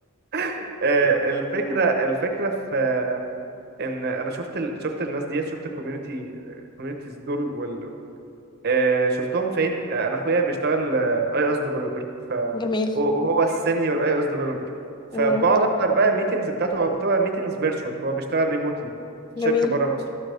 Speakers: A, on the right (about 50°); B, on the left (about 20°).
A: <laughs> آه، الفكرة الفكرة في ان انا شفت ال... شفت الناس ديت شفت الكوميونتي الكوميونتيز دول وال... آه، شفتهم فين آه، انا اخويا بيشتغل اي اس ديفلوبر
B: <laughs> جميل
A: وهو السينيور اي او اس ديفلوبر فبقعد
B: مم.
A: احضر بقى الميتنجز بتاعته هو بتبقى ميتنجز فيرتشوال هو بيشتغل ريموتلي في
B: جميل
A: شركه بره مصر